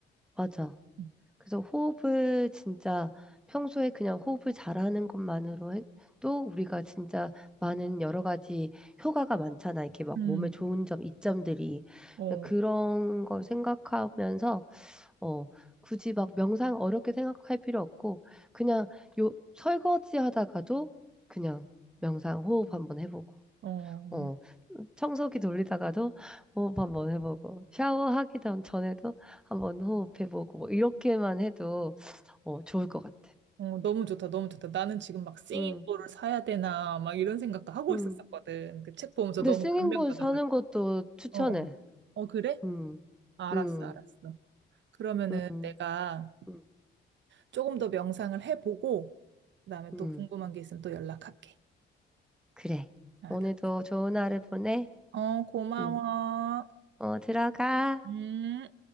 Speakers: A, in the centre; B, on the right (about 65°).
A: 맞아.
B: 음,
A: 그래서 호흡을 진짜 평소에 그냥 호흡을 잘하는 것만으로 해- 또 우리가 진짜 많은 여러 가지 효과가 많잖아. 이렇게 막
B: 음,
A: 몸에 좋은 점, 이점들이.
B: 어,
A: 그런 걸 생각하면서, 어, 굳이 막 명상 어렵게 생각할 필요 없고, 그냥 요 설거지 하다가도 그냥 명상 호흡 한번 해보고.
B: 어,
A: 어, 청소기 돌리다가도 호흡 한번 해보고, 샤워하기 전- 전에도 한번 호흡해보고, 뭐, 이렇게만 해도, 어, 좋을 것 같아.
B: 어, 너무 좋다, 너무 좋다. 나는 지금 막 싱잉볼을
A: 음,
B: 사야 되나, 막 이런 생각도 하고
A: 음.
B: 있었었거든. 그 책 보면서
A: 근데
B: 너무
A: 싱잉볼
B: 감명받아가지고.
A: 사는 것도 추천해.
B: 어, 어, 어, 그래?
A: 음,
B: 아, 알았어,
A: 음,
B: 알았어. 그러면은
A: 음,
B: 내가
A: 음,
B: 조금 더 명상을 해보고, 그다음에
A: 음.
B: 또 궁금한 게 있으면 또 연락할게.
A: 그래.
B: 알았어.
A: 오늘도 좋은 하루 보내.
B: 어, 고마워.
A: 음, 어, 들어가.
B: 음.